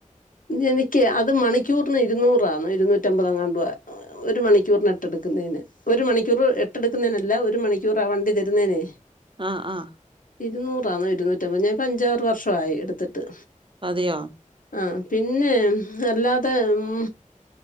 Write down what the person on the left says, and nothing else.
എനിക്ക് അത് മണിക്കൂറിന് ഇരുന്നൂറാന്ന് ഇര്ന്നൂറ്റമ്പതോ എങ്ങാണ്ടൊ <unintelligible> ഒര് മണി ക്കൂറിന് എട്ടെട്ക്കുന്നേന് ഒരു മണിക്കൂർ എട്ടെട്ക്കുന്നേനല്ല ഒരു മണിക്കൂറ് ആ വണ്ടി തരുന്നേനെ
ഇരുന്നൂറാന്നോ ഇരുന്നൂറ്റമ്പത് ഞാനിപ്പൊ അഞ്ചാറ് വർഷായി ഇട്ത്തിട്ട്.
ആഹ് പിന്നെ അല്ലാതെ ഉം